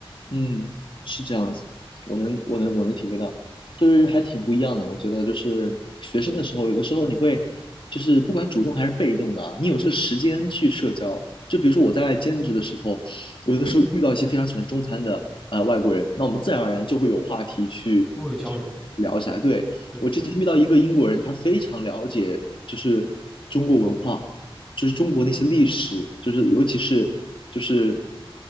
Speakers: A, on the left; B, in the centre.
A: 嗯，是这样子，我能，我能，我能体会到，就是还挺不一样的。我觉得就是学生的时候，有的时候你会，就是不管主动还是被动的啊，你有这个时间去社交。就比如说我在兼职的时候，我有的时候遇到一些非常喜欢中餐的呃外国人，那我们自然而然就会有话题去去聊起来。
B: 跟我有交流。
A: 对，
B: 对，
A: 我之前遇到一个英国人，他非常了解就是中国文化，就是中国那些历史，就是尤其是就是